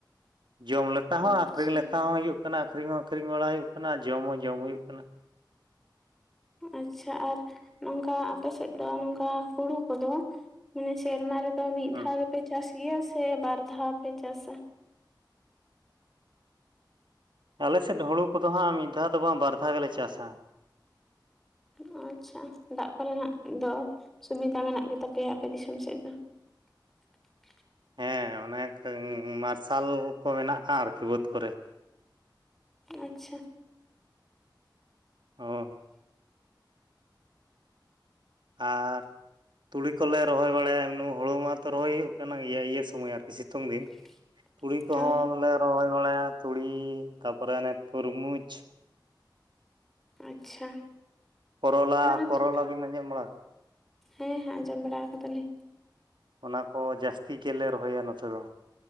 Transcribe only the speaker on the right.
ᱡᱚᱢ ᱞᱮᱠᱟ ᱦᱚᱸ,
ᱟᱠᱷᱨᱤᱧ ᱞᱮᱠ ᱦᱚᱸ ᱦᱩᱭᱩᱜ ᱠᱟᱱᱟ ᱟᱠᱷᱨᱤᱧ ᱦᱚᱸ ᱟᱠᱷᱨᱤᱧ ᱵᱟᱲᱟ ᱦᱩᱭᱩᱜ ᱠᱟᱱᱟ ᱟᱨ ᱡᱚᱢ ᱦᱚᱸ ᱡᱚᱢ ᱦᱩᱭᱩᱜ ᱠᱟᱱᱟ᱾
ᱦᱮᱸ
ᱟᱞᱮᱥᱮᱫ ᱦᱩᱲᱩ ᱠᱚᱫᱚ ᱦᱟᱸᱜ ᱢᱤᱫ ᱫᱷᱟᱣ ᱫᱚ ᱵᱟᱝ ᱵᱟᱨ ᱫᱷᱟᱣ ᱜᱮᱞᱮ ᱪᱟᱥᱟ᱾
ᱦᱮᱸ ᱚᱱᱮᱠᱟ ᱢᱟᱨᱥᱟᱞ ᱠᱚ ᱢᱮᱱᱟᱜᱼᱟ ᱟᱨᱠᱤ ᱵᱟᱹᱫᱽ ᱠᱚᱨᱮ᱾
ᱦᱳᱭ᱾ ᱟᱨ ᱛᱩᱲᱤ ᱠᱚᱞᱮ ᱨᱚᱦᱚᱭ ᱵᱟᱲᱟᱭᱟ ᱮᱢ ᱦᱩᱲᱩ ᱢᱟᱛᱚ ᱨᱚᱦᱚᱭ ᱦᱩᱭᱩᱜ ᱠᱟᱱᱟ ᱜᱮᱭᱟᱹ ᱤᱭᱟᱹ ᱥᱚᱢᱚᱭ ᱟᱨᱠᱤ ᱥᱤᱛᱩᱝ ᱫᱤᱱ᱾
ᱛᱩᱲᱤ ᱠᱚᱦᱚᱸ
ᱞᱮ ᱨᱚᱦᱚᱭ ᱵᱟᱲᱟᱭᱟ, ᱛᱩᱲᱤ ᱛᱟᱯᱚᱨᱮ ᱚᱱᱮ ᱠᱷᱩᱨᱢᱩᱡᱽ᱾
ᱠᱚᱨᱚᱞᱟ,
ᱠᱚᱨᱚᱞᱟ ᱵᱤᱱ ᱟᱸᱡᱚᱢ ᱵᱟᱲᱟᱜ
ᱚᱱᱟ ᱠᱚ ᱡᱟᱹᱥᱛᱤ ᱜᱮᱞᱮ ᱨᱚᱦᱚᱭᱟ ᱱᱚᱛᱮ ᱫᱚ᱾